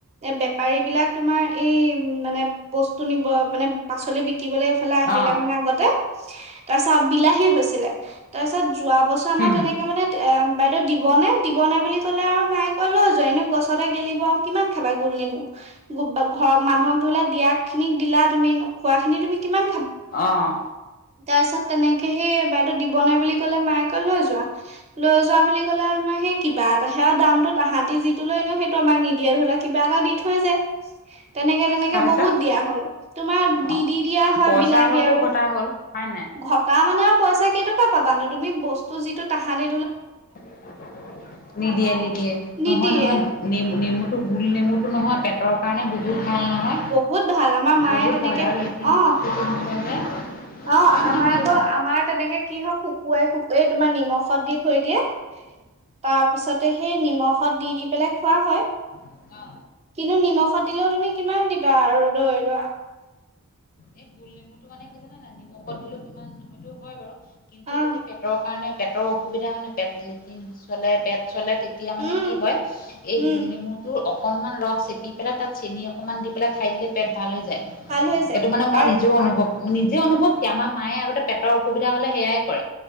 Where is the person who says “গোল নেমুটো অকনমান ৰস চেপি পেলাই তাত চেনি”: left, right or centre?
Left